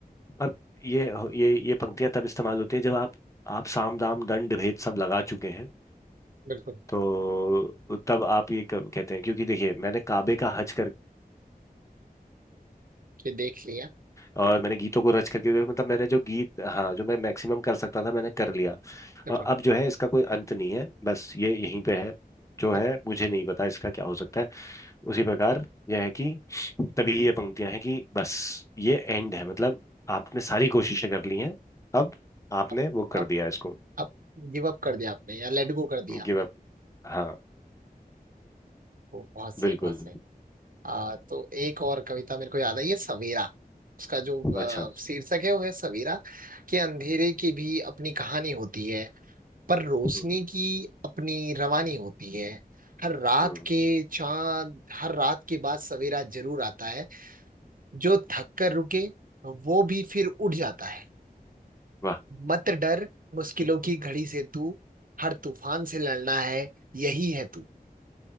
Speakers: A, on the left; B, on the right.
A: अब ये ये ये पंक्तियां तब इस्तेमाल होती है जब आप आप साम दाम दंड भेद सब लगा चुके हैं
B: बिल्कुल
A: तो तब आप ये क- कहते हैं क्योंकि देखिए मैंने काबे का हज
B: ये देख लिया
A: और मैंने गीतों को रच करके मतलब मैंने जो गीत हाँ जो मैं मैक्सिमम कर सकता था मैंने कर लिया
B: बिल्कुल
A: और अब जो है इसका कोई अंत नहीं है बस ये यहीं पे है जो
B: बिल्कुल
A: है मुझे नहीं पता इसका क्या हो सकता है उसी प्रकार यह है कि तभी ये पंक्तियां हैं कि बस ये एंड है मतलब आपने सारी कोशिशें कर ली हैं अब आपने
B: अब
A: वो कर
B: अब
A: दिया इसको
B: अब गिव अप कर दिया आपने या लेट गो कर दिया
A: Give up हाँ
B: ओ, बहुत सही
A: बिल्कुल
B: बहुत सही आ, तो एक और कविता मेरे को याद आई है सवेरा उसका जो
A: अच्छा
B: आ, शीर्षक है वो है सवेरा कि अंधेरे की भी अपनी कहानी होती है पर रोशनी
A: हम्म,
B: की अपनी रवानी होती है हर रात
A: हम्म,
B: के चांद हर रात के बाद सवेरा जरूर आता है जो थक कर रुके वो भी फिर उठ जाता है
A: वाह
B: मत डर मुश्किलों की घड़ी से तू हर तूफान से लड़ना है यही है तू